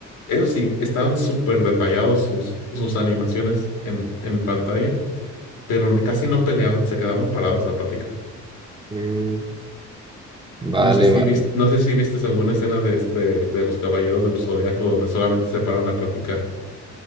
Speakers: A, on the left; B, on the right.
A: Eso sí, estaban súper detallados sus, sus animaciones en, en pantalla pero casi no peleaban, se quedaban parados a platicar.
B: Mm, vale,
A: No sé si
B: vale.
A: viste, no sé si vistes alguna escena de, de, de los Caballeros del Zodiaco donde solamente se paran a platicar.